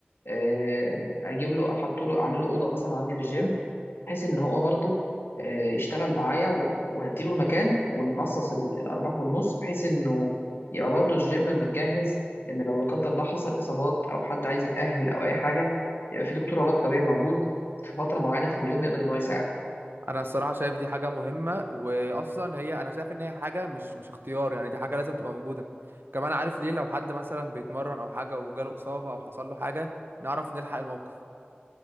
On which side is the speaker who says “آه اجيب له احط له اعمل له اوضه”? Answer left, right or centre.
Left